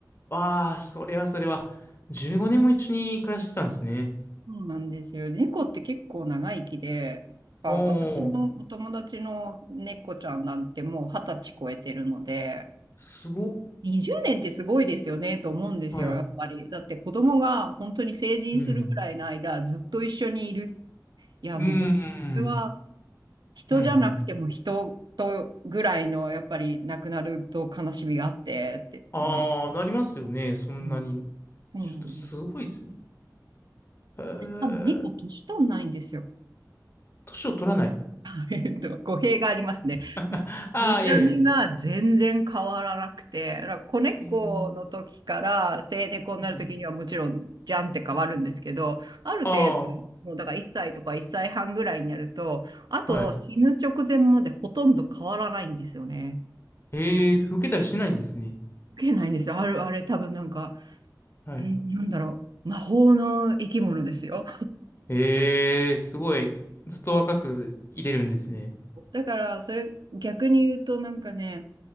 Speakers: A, on the left; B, on the right.
A: わあ、それはそれは。15年も一緒に暮らしてたんですね。
B: そうなんですよ。猫って結構長生きで、あ、
A: お
B: 私のお友達の猫ちゃんなんてもう二十歳超えてるので、
A: ー、すごっ。
B: 20年ってすごいですよねと思うんですよ、
A: はい。
B: やっぱり。だって子供が本当に成人するぐらいの間、
A: うん。
B: ずっと一緒にいる。いや、
A: うーん。
B: もう本当にそれは人じゃなくても人とぐらいの、
A: うんうん。
B: やっぱり亡くなると悲しみがあって、って、
A: ああ、
B: まあ、
A: なりますよね。そんなに。
B: うん、そうなんです。
A: ちょっとすごいですね。えー、
B: しかも猫年取んないんですよ。
A: 年を取らない。
B: <laughs> えっと、語弊がありますね。み見た目が全然変わらなくて、
A: ああー、いやいや。
B: だから子猫の時から成猫になる時にはもちろんじゃんって変わるんですけど、
A: えー、はい。
B: ある程度、
A: あ
B: もうだから1歳とか1歳半ぐらいになると、あと死ぬ直前までほとんど変わらないんですよね。
A: あ、はい。えー、老けたりしないんですね。
B: 受けないんですよ。ある、あれ多分なんか
A: はい。
B: あれ、なんだろう。魔法の生き物ですよ。
A: えー、すごい。ずっと若くいれるんですね。
B: だから、それ逆に言うと、なんかね、